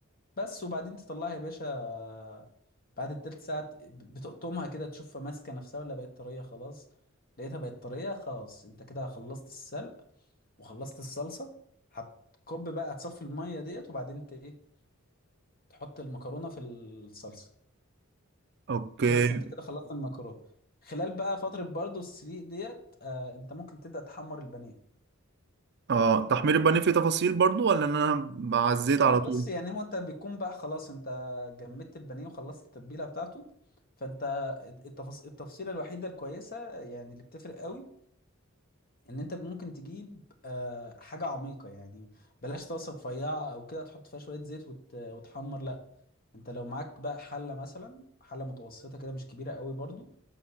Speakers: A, on the left; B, on the right.
A: بس وبعدين تطلعها يا باشا آه، بعد التلت ساعة ب- بتقطمها كده تشوفها ماسكة نفسها ولا بقت طرية خلاص لقيتها بقت طرية خلاص انت كده خلصت السلق وخلصت الصلصة هتكب بقى هتصفي المية ديت وبعدين انت ايه تحط المكرونة في الصلصة
B: أوكي
A: بس انت كده خلصت المكرونة خلال بقى فترة برضو السليق ديت آه انت ممكن تبدأ تحمر البانيه
B: اه تحمير البانيه فيه تفاصيل برضو ولا ان انا بعزيت على
A: بص
B: طول
A: يعني هو انت بيكون بقى خلاص انت جمدت البانيه وخلصت التتبيله بتاعته فانت التفاص... التفصيله الوحيده الكويسه يعني اللي بتفرق قوي ان انت ممكن تجيب آه، حاجه عميقه يعني بلاش طاسه رفيعه او كده تحط فيها شويه زيت وت... وتحمر لا انت لو معاك بقى حله مثلا حله متوسطه كده مش كبيره قوي برضو